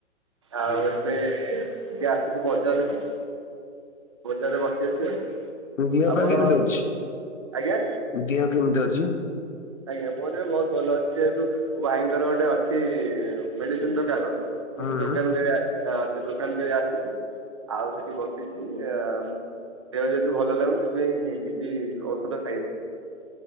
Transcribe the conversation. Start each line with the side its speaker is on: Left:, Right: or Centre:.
Right: ଆଉ
Left: ହୁଁ।
Right: ଏବେ ଟିକେ ଆସିଛି ବଜାରକୁ। ବଜରେ ବସି ଅଛି ଆଉ।
Left: ଦିହ
Right: ଆପଣ
Left: ପା କେମିତି ଅଛି
Right: ଆଜ୍ଞା
Left: ଦିହ କେମିତି ଅଛି।
Right: ଆଜ୍ଞା ମୋରେ ବି ବହୁତ ଭଲ ଅଛି ଯେହେତୁ ଭାଇଙ୍କର ଗୋଟେ ଅଛି ମେଡିସିନ ଦୋକାନ
Left: ହୁଁ।
Right: ଦୋକାନ ଯାଏ ହ ସେ ଦୋକାନ କେ ଆସିଛି ଆଉ ସେଠି ବସିଛି ଆ ଦେହ ଯେହେତୁ ଭଲ ଲାଗୁନ ସେଥିପାଇଁ କିଛି ଔଷଧ ଖାଇ